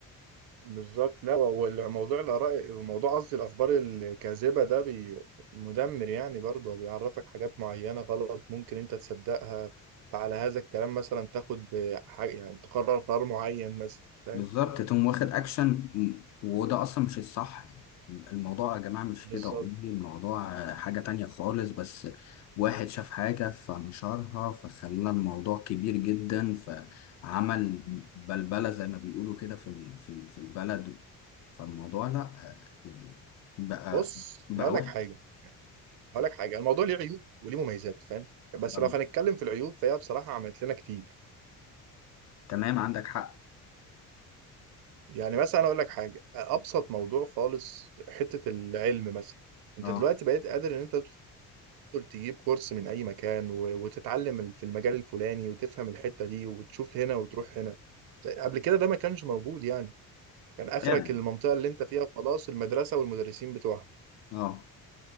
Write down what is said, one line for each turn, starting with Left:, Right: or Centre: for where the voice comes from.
Right: بالظبط لا والموضوع الآراء وموضوع قصدي الأخبار الكاذبة ده بي مدمر يعني برضه بيعرفك حاجات معينة غلط ممكن أنت تصدقها فعلى هذا الكلام مثلا تاخد حاجة يعني تقرر قرار معين مثلا فاهم
Left: بالظبط تقوم واخد اكشن م- وده اصلا مش الصح يعني الموضوع يا جماعه مش
Right: بالظبط
Left: كده والله الموضوع آه، حاجه تانية خالص بس واحد شاف حاجه فنشرها فخلى الموضوع كبير جدا فعمل بلبله زي ما بيقولوا كده في ال- في ال- في البلد فالموضوع لا آه، يعني بقى
Right: بص
Left: بقى
Right: أنا أقول
Left: وحش
Right: لك حاجة أقول لك حاجة الموضوع ليه عيوب وليه مميزات فاهم بس
Left: آه،
Right: لو هنتكلم في العيوب فهي بصراحة عملت لنا كتير
Left: تمام عندك حق
Right: يعني مثلا أقول لك حاجة أبسط موضوع خالص حتة العلم مثلا أنت
Left: اه
Right: دلوقتي بقيت قادر إن أنت تدخل تجيب كورس من أي مكان و- وتتعلم ال- في المجال الفلاني وتفهم الحتة دي وتشوف هنا وتروح هنا قبل كده ده ما كانش موجود يعني كان آخرك
Left: فعلا
Right: المنطقة اللي أنت فيها خلاص المدرسة والمدرسين بتوعها
Left: اه